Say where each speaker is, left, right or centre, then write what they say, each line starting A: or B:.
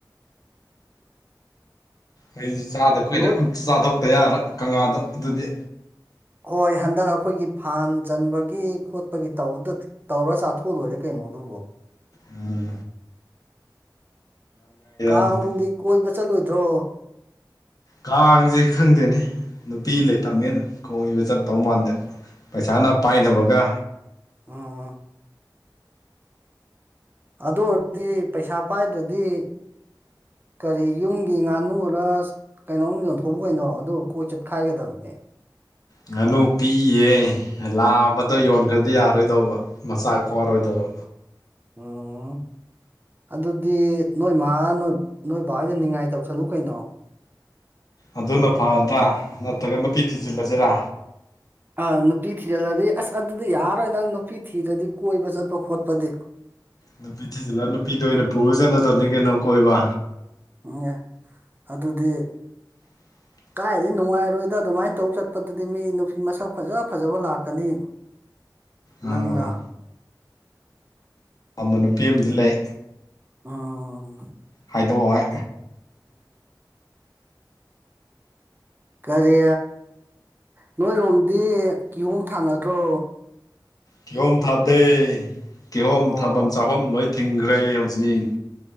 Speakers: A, on the left; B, on the right.
A: ꯑꯩꯩꯁꯨ ꯆꯥꯗ ꯀꯨꯏꯔꯦ
B: ꯅꯣꯏ
A: ꯑꯝ ꯆꯥꯊꯣꯛꯇ ꯌꯥꯔꯣꯏ ꯀꯥꯡꯉꯥꯗꯣ ꯑꯗꯨꯗꯤ
B: ꯍꯣꯏ ꯍꯟꯗꯛ ꯑꯩꯈꯣꯏꯒꯤ ꯐꯥꯟ ꯆꯟꯕꯒꯤ ꯈꯣꯠꯄꯒꯤ ꯇꯧꯕꯗ ꯇꯧꯔ ꯆꯥꯊꯣꯛꯑꯥ ꯂꯣꯏꯔꯦ ꯀꯩꯅꯣ ꯑꯗꯨꯕꯣ
A: ꯎꯝ
B: ꯀꯥꯡꯅꯨꯡꯗꯤ
A: ꯑꯗꯨꯗꯤ
B: ꯀꯣꯏꯕ ꯆꯠꯂꯣꯏꯗ꯭ꯔꯣ
A: ꯀꯥꯡꯁꯦ ꯈꯪꯗꯦꯅꯦ ꯅꯨꯄꯤ ꯂꯩꯇꯕꯅꯤꯅ
B: ꯎꯝ
A: ꯀꯣꯏꯕ ꯆꯠꯇꯧ ꯃꯥꯟꯗꯦ ꯄꯩꯁꯥꯅ ꯄꯥꯏꯗꯕꯒ
B: ꯑꯦ ꯎꯝ ꯑꯗꯨ ꯑꯣꯏꯗꯤ ꯄꯩꯁꯥ ꯄꯥꯏꯗ꯭ꯔꯗꯤ ꯀꯔꯤ ꯌꯨꯝꯒꯤ ꯉꯥꯅꯨꯔ ꯀꯩꯅꯣꯝ ꯌꯣꯟꯊꯣꯛꯎ ꯀꯩꯅꯣ ꯑꯗꯨꯒ ꯀꯣꯏ ꯆꯠꯈꯥꯏꯒꯗꯕꯅꯦ
A: ꯉꯥꯅꯨ ꯄꯤꯛꯏꯌꯦ ꯂꯥꯕꯗꯣ
B: ꯎꯝ
A: ꯌꯣꯟꯈ꯭ꯔꯗꯤ ꯌꯥꯔꯣꯏ ꯀꯩꯗꯧꯕ ꯃꯆꯥ ꯄꯣꯀꯥꯑꯥꯔꯣꯏꯗꯕ
B: ꯑꯣ ꯑꯗꯨꯗꯤ ꯅꯣꯏ ꯃꯥ ꯅꯣꯏ ꯅꯣꯏ ꯕꯥ ꯍꯣꯏꯗꯥ ꯅꯤꯡꯉꯥꯏ ꯇꯧꯁꯜꯂꯨ ꯀꯩꯅꯣ
A: ꯑꯗꯨꯅ ꯐꯔꯗ꯭ꯔꯥ ꯅꯠꯇ꯭ꯔꯒ ꯅꯨꯄꯤ ꯊꯤꯖꯤꯜꯂꯁꯤꯔꯥ
B: ꯑꯥ ꯅꯨꯄꯤ ꯊꯤꯖꯤꯜꯂꯗꯤ ꯑꯁ ꯑꯗꯨꯗꯤ ꯌꯥꯔꯣꯏ ꯅꯪ ꯅꯨꯄꯤ ꯊꯤꯔꯗꯤ ꯀꯣꯏꯕ ꯆꯠꯄ ꯈꯣꯠꯄꯗꯤ
A: ꯅꯨꯄꯤ ꯊꯤꯖꯤꯜꯂ ꯅꯨꯄꯤꯗꯣ ꯑꯣꯏꯅ ꯄꯨꯔ ꯆꯠꯂꯗꯕꯅꯤ ꯀꯩꯅꯣ ꯀꯣꯏꯕ
B: <unintelligible> ꯑꯗꯨꯗꯤ
A: <inaudible>
B: ꯀꯥꯏꯗꯩ ꯅꯨꯡꯉꯥꯏꯔꯣꯏꯗ ꯑꯗꯨꯃꯥꯏ ꯇꯧ ꯆꯠꯄꯗꯨꯗꯤ ꯃꯤ ꯅꯨꯄꯤ ꯃꯁꯛ ꯐꯖ ꯐꯖꯕ ꯂꯥꯛꯀꯅꯤ
A: ꯑꯥ
B: ꯅꯪꯅ
A: ꯄꯥꯝꯕꯥ ꯅꯨꯄꯤ ꯑꯃꯗꯤ ꯂꯩ
B: ꯑꯣ
A: ꯍꯥꯏꯗꯣꯛ ꯑꯣꯏ
B: ꯀꯔꯤ ꯅꯣꯏꯔꯣꯝꯗꯤ ꯀꯤꯍꯣꯝ ꯊꯥꯅꯗ꯭ꯔꯣ
A: ꯀꯤꯍꯣꯝ ꯊꯥꯗꯦ ꯀꯤꯍꯣꯝ
B: ꯑꯣ
A: ꯊꯥꯐꯝ ꯆꯥꯐꯝ ꯂꯣꯏ ꯊꯤꯡꯈ꯭ꯔꯦ ꯍꯧꯖꯤꯛ